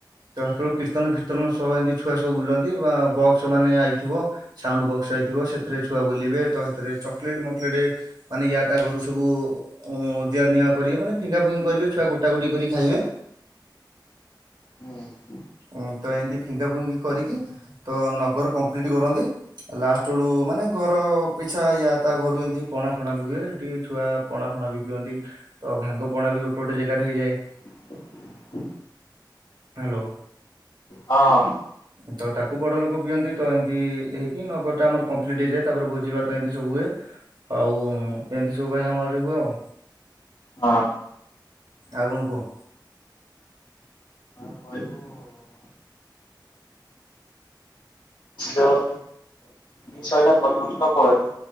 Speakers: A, on the right; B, on the left.
A: ତ ସେତବେଳୁକୁ କୀର୍ତ୍ତନ ଫୀର୍ତ୍ତନ ସହ ଏମିତି ଛୁଆ ସବୁ ବୁଲନ୍ତି ବା ବକ୍ସ ମାନେ ଆଇଥିବ ସାଉଣ୍ଡ ବକ୍ସ ଆଇଥିବ ସେଥିରେ ଛୁଆ ବୁଲିବେ ତ ହେଥିରେ ଚକେଲଟ ମକଲେଟ୍ ମାନେ ୟା ତା ଘରୁ ସବୁ ଉଁ ଦିଆ ନିଆ କରିବେ ମାନେ ଫିଙ୍ଗା ଫୁଙ୍ଗି କରିବେ ଛୁଆ ଗୋଟା ଗୋଟି କରି ଖାଇବେ।
B: ହୁଁ।
A: ଉଁ ତ ଏମିତି ଫିଙ୍ଗା ଫିଙ୍ଗି କରିକି ତ ନଗର କମ୍ପ୍ଲିଟ୍ କରନ୍ତି ଲାଷ୍ଟ ବେଳୁ ମାନେ ଘର ପିଛା ୟା ତା ଘରୁ ଏମିତି ପଣା ଫଣା ପିଇବେ ଟିକେ ଛୁଆ ପଣା ଫଣା ବି ପିଅନ୍ତି ତ ଭାଙ୍ଗ ପଣା ବି ଗୋଟେ ଗୋଟେ ଜେଗାରେ ହେଇଯାଏ
B: ହ
A: ହ୍ୟାଲୋ।
B: ହଁ।
A: ତ ତାକୁ ବଡ ଲୋକ ପିଅନ୍ତି ତ ଏମିତି ହେଇ ଏଇ ନଗର ଟା ଆମର କମ୍ପ୍ଲିଟ୍ ହେଇଯାଏ ତାପରେ ଭୋଜି ଭାତ ଏମିତି ସବୁ ହୁଏ ଆଉ ଏମିତି ସବୁ ଭାଇ ଆମର ଆଡ଼େ ହୁଏ ଆଉ।
B: ଆ
A: ଆଉ କଣ କୁହ?
B: କହିବୁ ଯୋଉ ଇଏ ସଇଲା ପରିବସ୍ତ ପରେ